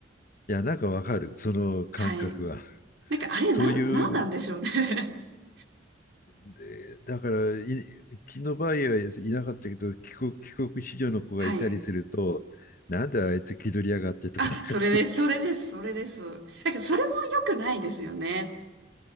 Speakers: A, on the left; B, on the right.
A: いや、なんかわかる、その感覚は。
B: はい。なんかあれ、
A: そういう、
B: なん、なんなんでしょうね <laughs>
A: でだから、い、うちの場合はいなかったけど、帰国、帰国子女の子がいたりすると、
B: はい。
A: なんであいつ気取りやがってとか、
B: あ、
A: なんかそう
B: それです、それです、それです。だからそれも良くないですよね。